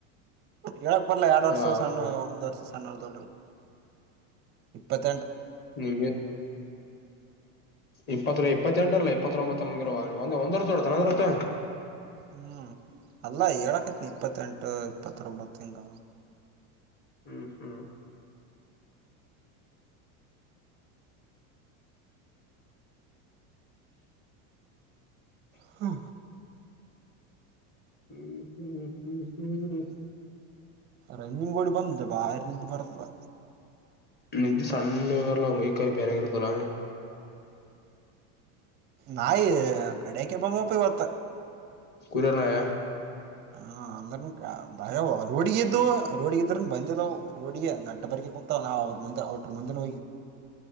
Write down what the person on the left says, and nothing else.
ಆ
ಮೂರ್
ನಿಮ ಇಪ್ಪತ್ತು ಇಪ್ಪತ್ತಟಲ್ಲ ಇಪ್ಪತ್ತೊಂಬತ್ತ ತಮಂಗಿರವಂದ ಒಂದ್ ವರ್ಷೋತ ಅಂದ್ರತ್ತೆ
ಹ್ಮ ಹ್ಮ
ಹ್ಮ್ ಹ್ಮ್ ಹ್ಮ್ ಹ್ಮ್ ಹ್ಮ
ನಿಜ ಸಣ್ಣ ಇವರ್ಲ್ಲ ಮೈಕಾಯಿ ಬ್ಯರೆಗರುತರ
ಕುಲರ್ನಾಯ